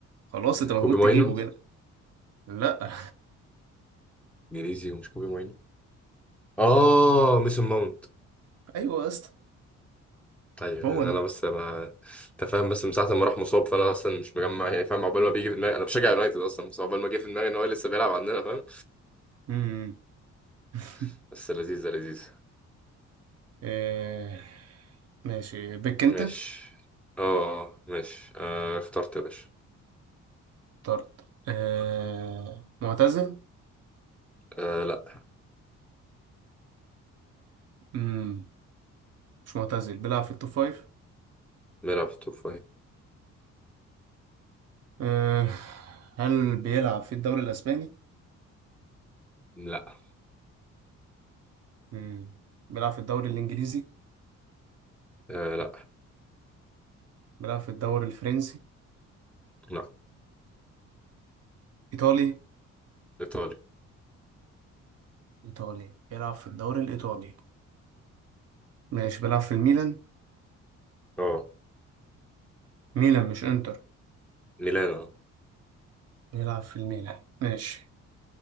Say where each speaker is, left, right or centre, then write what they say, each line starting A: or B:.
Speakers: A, on the right (about 55°); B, in the centre.
A: خلاص انت المفروض
B: كوبي ماينو
A: تجيبه كده لا
B: انجليزي ومش كوبي ماينو اه ميسون ماونت
A: <laughs> ايوه يا اسطى
B: ايوه
A: هو
B: يعني
A: ده
B: انا بس انا انت فاهم بس من ساعه ما راح مصاب فانا اصلا مش مجمع يعني فاهم عقبال ما بيجي في دماغي انا بشجع يونايتد اصلا بس عقبال ما جه في دماغي ان هو لسه بيلعب عندنا فاهم
A: امم <laughs>
B: <laughs> بس لذيذه لذيذه
A: إيه... ماشي بك انت
B: ماشي اه آه، ماشي آه اخترت يا باشا
A: طرد إيه... معتزل
B: آه لا
A: امم مش معتزل بيلعب في التوب فايف
B: بيلعب في التوب فايف
A: إيه... هل بيلعب في الدوري الاسباني
B: لا
A: مم. بيلعب في الدوري الإنجليزي
B: آه لا
A: بيلعب في الدوري الفرنسي
B: لا
A: إيطالي
B: ايطالي
A: إيطالي بيلعب في الدوري الإيطالي ماشي بيلعب في الميلان
B: اه
A: ميلان مش إنتر
B: ميلان اه
A: بيلعب في الميلان ماشي